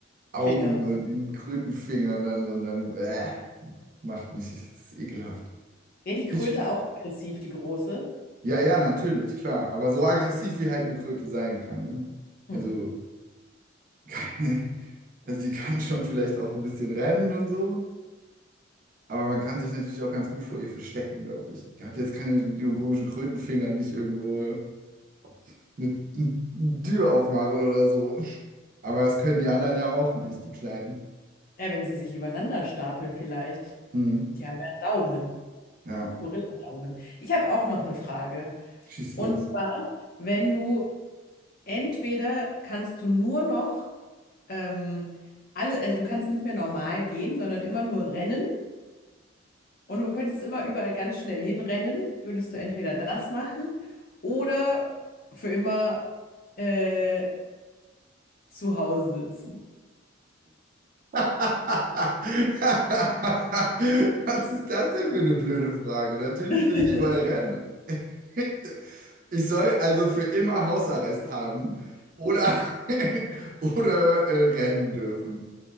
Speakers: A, on the right (about 45°); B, on the left (about 45°).
A: und
B: Fingern.
A: ihren Krötenfingern dann und dann, äh, macht mich, das ist ekelhaft.
B: Wäre die Kröte
A: Ich,
B: auch aggressiv, die große?
A: Ja, ja, natürlich, klar. Aber so aggressiv wie halt eine Kröte sein kann. Ne?
B: Hm.
A: Also, <laughs> also die kann schon vielleicht auch ein bisschen rennen und so. Aber man kann sich natürlich auch ganz gut vor ihr verstecken, glaube ich. Die hat jetzt keine mit ihren komischen Krötenfingern nicht irgendwo eine, eine Tür aufmachen oder so. Aber das können die anderen ja auch nicht, die Kleinen.
B: Ja, wenn sie sich übereinander stapeln vielleicht.
A: Hm.
B: Die haben ja einen Daumen.
A: Ja,
B: Gorilla-Daumen. Ich habe auch noch eine Frage.
A: schieß
B: Und
A: los.
B: zwar, wenn du entweder kannst du nur noch ähm, alle, also du kannst nicht mehr normal gehen, sondern immer nur rennen Und du könntest immer überall ganz schnell hinrennen, würdest du entweder das machen oder für immer äh, zu Hause sitzen.
A: <laughs> Was ist das denn für eine blöde Frage? Natürlich
B: <laughs>
A: will ich überall rennen. <laughs> Ich soll also für immer Hausarrest haben oder, <laughs> oder äh, rennen dürfen.